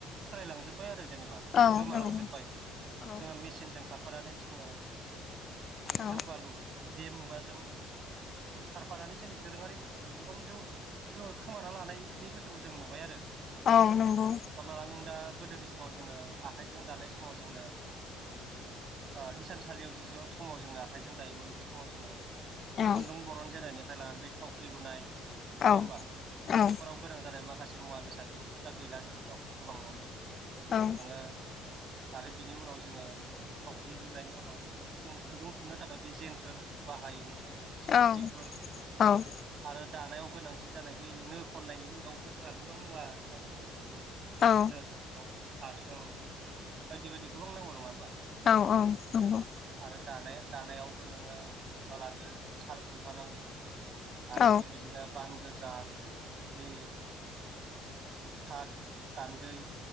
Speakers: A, on the right; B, on the left.
A: सोलायलांजोब्बाय आरो। जेनेबा
B: औ
A: गोमालांजोबबाय
B: नंगौ औ
A: जोङो मेसिनजों खारफानानै जोङो
B: औ
A: जौगालु बे मुगाजों खारफानानै जोंनि दोरोङारि बुस्थुखौ गोबां जों खोमाना लानाय बे बुस्थु खौ जों नुबाय आरो।
B: औ नंगौ।
A: हमना ला नों दा गोदोनि समाव जोङो आखाइजों दानाय समाव जोंनो ओ हिसानसालियाव जि ज समाव जोङो आखाइजों दायोमोन बे समाव जोङो
B: औ
A: खुन्दुं बरन जेनानायनिफ्राय लानानै बे थावख्रि लुनाय
B: औ
A: नङा होमबा
B: औ
A: बेफोराव गोनां जानाय मासे मुवा बेसाद बेफोरथ' दा गैला जोंनियाव गोबांनावनो
B: औ
A: नोङो आरो बिनि उनाव जोङो थावख्रि लुनायनि उनाव जों खुन्दुं थुननो थाखाय बे जेन्थोर बाहायोमोन। सोरखिफोर
B: औ औ
A: आरो दानायाव गोनांथि जानाय बै नो खननायनि इयावबो जोंहा गोबां मुवा नांगौ जायो। जेनेबा
B: औ
A: नो खुन्दुं हासुं बायदि बायदि गोबां नांगौ नङा होमबा?
B: औ औ नंगौ
A: आरो दानाय दानायावबो नोङो हमना लादो साल खुन्था नांगौ। आरो
B: औ
A: बेबायदिनो बान गोजा बे थाथ गान्दै